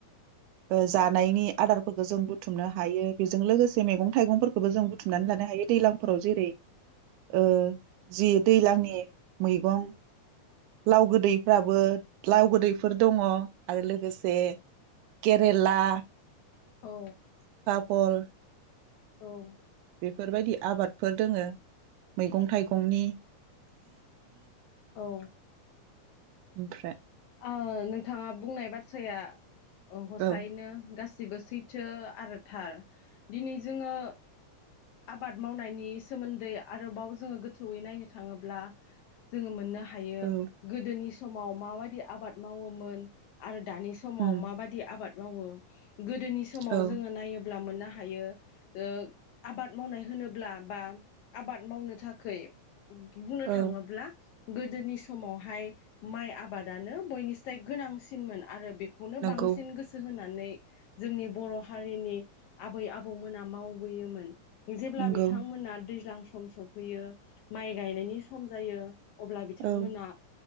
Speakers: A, on the right; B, on the left.
A: ओ जानायनि आदारफोरखौ जों बु थुमनो हायो बेजों लोगोसे मैगं थाइगंफोरखौबो जों बुथुमनानै लानो हायो दैलांफोराव जेरै ओ जि दैलांनि मैगं लाव गोदैफ्राबो लाव गोदैफोर दङ आरो लोगोसे केरेला
B: औ
A: भल
B: औ
A: बेफोरबायदि आबादफोर दोङो मैगं थाइगंनि
B: औ
A: ओमफ्राय
B: ओ नोंथांङा बुंनाय बाथ्राया अ हसायैनो
A: औ
B: गासै बो सैथो आरो थार दिनै जोंङो आबाद मावनायनि सोमोन्दै आरोबाव जोंङो गोथौयै नायनो थाङोब्ला जोंङो मोननो हा हायो
A: औ
B: गोदोनि समाव माबायदि आबाद मावोमोन आरो दानि समाव
A: उम
B: माबायदि आबाद मावो गोदोनि समाव
A: औ
B: जोंङो नायो ब्ला मोननो हायो ओ आबाद मावनाय होनोब्ला बा आबाद मावनो थाखै बुंनो
A: औ
B: थाङोब्ला गोदोनि समावहाय माइ आबाद आनो बयनिसाय गोनांसिनमोन आरो बे खौनो
A: नंगौ
B: बांसिन गोसो होनानै नै जोंनि बर' हारिनि आबै आबौमोना मावबोयोमोन । जेब्ला
A: नंगौ
B: बिथांमोना दैज्लां सम सफैयो माइ गायनायनि सम जायो । अब्ला बिथांमोना
A: औ